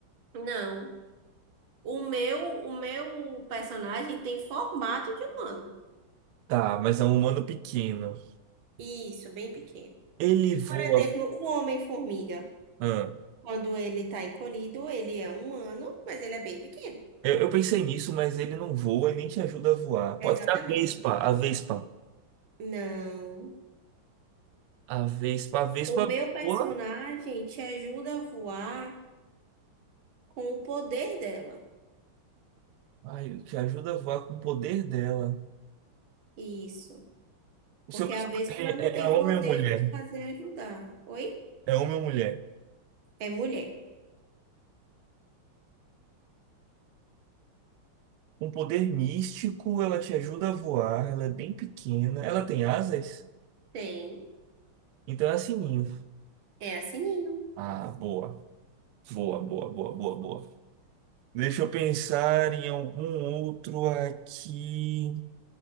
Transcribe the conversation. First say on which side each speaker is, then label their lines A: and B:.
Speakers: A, on the right; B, on the right.
A: Não. O meu, o meu personagem tem formato de humano.
B: Tá, mas é um humano pequeno.
A: Isso, bem pequeno.
B: Ele voa
A: Por exemplo, o Homem-Formiga,
B: Ah,
A: quando ele está encolhido, ele é humano, mas ele é bem pequeno.
B: eu, eu pensei nisso, mas ele não voa e nem te ajuda a voar.
A: Exatamente.
B: Pode ser a Vespa, a Vespa.
A: Não.
B: A Vespa, a Vespa
A: O meu personagem
B: voa,
A: te ajuda a voar com o poder dela.
B: ai, te ajuda a voar com o poder dela.
A: Isso.
B: O
A: Porque
B: seu personagem
A: a Vespa ela
B: é,
A: não tem
B: é é homem
A: poder
B: ou mulher?
A: para te fazer ajudar. Oi?
B: É homem ou mulher?
A: É mulher.
B: Um poder místico, ela te ajuda a voar, ela é bem pequena, ela tem asas,
A: Tem.
B: então é assim ninho.
A: É a Sininho.
B: Ah, boa, boa, boa, boa, boa, boa. Deixa eu pensar em algum outro aqui.